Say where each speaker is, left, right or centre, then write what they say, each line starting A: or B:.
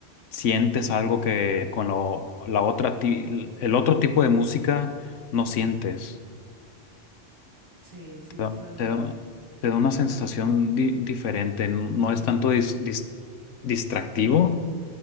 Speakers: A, on the left (about 80°); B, on the right (about 65°).
A: sientes algo que con lo- la otra, ti- el otro tipo de música no sientes.
B: Sí, sí,
A: Te
B: totalmente.
A: da, te da- te da una sensación di- diferente. No es tanto dis- dis- distractivo,